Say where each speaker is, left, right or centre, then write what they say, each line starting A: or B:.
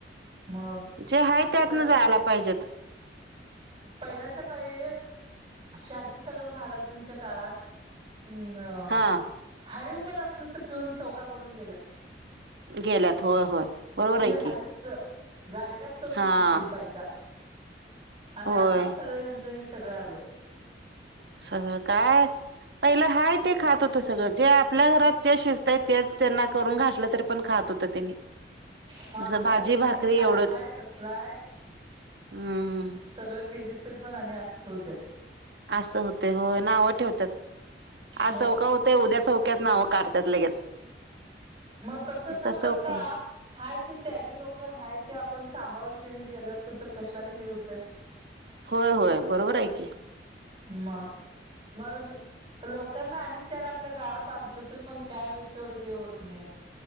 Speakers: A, on the right; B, on the right.
A: मग
B: जे हय त्यातनं
A: तस
B: जायला पाहिजेत.
A: पहिल्याच्या काही. शांतीसागर महाराजांच्या काळात अ्
B: हा
A: हळव पण असलं तर पिऊन चौका करून गेलंत.
B: गेल्यात होय होय. बरोबर
A: खीर
B: आहे की
A: हाळवच गाडगात करून
B: हा
A: दिलती बायका. आणि
B: होय
A: आत्ताच सगळे ह्यांचं हे सगळं आले.
B: सगळं काय पहिलं हाय ते खात होत सगळं जे आपल्या घरात ज शिजताय त्याच त्यांना करून घातलं तरी पण खात होत त्यांनी.
A: मग आता
B: जसं भाजी
A: हे नाही
B: भाकरी
A: हे असलंय
B: एवढंच
A: त असलाय.
B: हम्म
A: सगळं केलीत तरी पण अ असत होते.
B: असं होते हो नाव ठेवतत आ
A: मग
B: चौका होत उद्या चौक. त ना काढत लगेच.
A: मग तसं न
B: तसा
A: करता
B: उपयोग
A: हाय ते त्यागी लोक हाय ते आपण सांभाळून त्यांने गेलं असतं तर कशाला हे होतय. <inaudible>
B: होय होय बरोबर आहेऐक.
A: मग मग लोकांना आणि, विचार आपल्या गावात आणलं तरी पण काय तेवढं हे होत नाही.